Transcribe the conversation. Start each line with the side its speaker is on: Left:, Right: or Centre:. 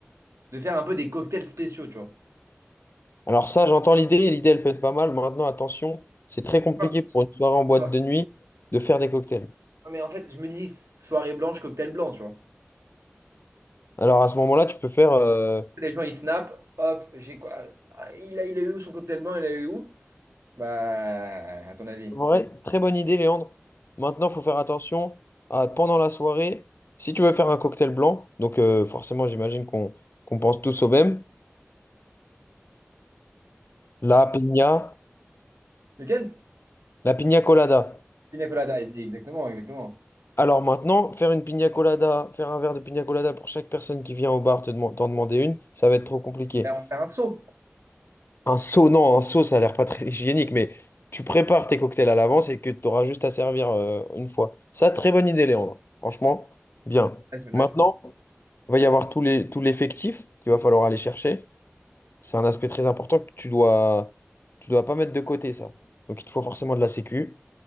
Right: de faire un peu des cocktails spéciaux, tu vois.
Left: Alors, ça, j'entends l'idée. L'idée, elle peut être pas mal. Maintenant, attention, c'est très compliqué
Right: Quoi,
Left: pour une soirée en boîte
Right: quoi,
Left: de nuit de faire des cocktails.
Right: Ouais, mais en fait, je me dis, soirée blanche, cocktail blanc, tu vois.
Left: Alors, à ce moment-là, tu peux faire. euh,
Right: Les gens, ils snap, hop, j'ai quoi? Ah, Il a, il a eu où son cocktail blanc, il a eu où? Bah, à ton avis.
Left: Vrai, très bonne idée, Léandre. Maintenant, il faut faire attention à, pendant la soirée. Si tu veux faire un cocktail blanc, donc euh, forcément, j'imagine qu'on qu'on pense tous au même, la piña,
Right: Lequel?
Left: la piña colada.
Right: Pina colada, il dit, exactement, exactement.
Left: Alors maintenant, faire une pina colada, faire un verre de pina colada pour chaque personne qui vient au bar te deman- t'en demander une, ça va être trop compliqué.
Right: Et on fait un saut.
Left: Un seau, non, un seau, ça a l'air pas très <laughs> hygiénique, mais tu prépares tes cocktails à l'avance et que tu auras juste à servir euh, une fois. Ça, très bonne idée, Léandre. Franchement, bien.
Right: Là, je- là,
Left: Maintenant,
Right: je-
Left: il va y avoir tous les, tout l'effectif qu'il va falloir aller chercher. C'est un aspect très important que tu dois, tu dois pas mettre de côté, ça. Donc il te faut forcément de la sécu.